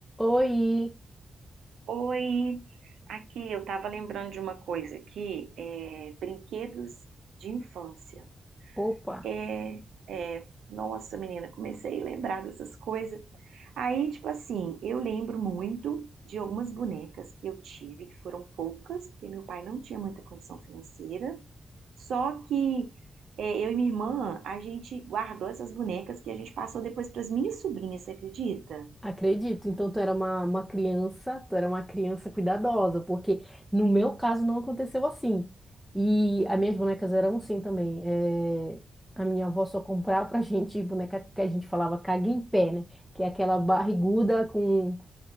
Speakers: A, in the centre; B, on the right.
A: Oi!
B: Oi, aqui eu estava lembrando de uma coisa aqui, é, brinquedos de infância.
A: Opa!
B: É, é, nossa, menina, comecei a lembrar dessas coisas. Aí, tipo assim, eu lembro muito de algumas bonecas que eu tive, que foram poucas, porque meu pai não tinha muita condição financeira. Só que é, eu e minha irmã, a gente guardou essas bonecas que a gente passou depois para as minhas sobrinhas, você acredita?
A: Acredito. Então, tu era uma, uma criança, tu era uma criança cuidadosa, porque no meu caso não aconteceu assim. E as minhas bonecas eram assim também. eh, A minha avó só comprava pra <laughs> gente boneca que a gente falava caga em pé, né? Que é aquela barriguda com,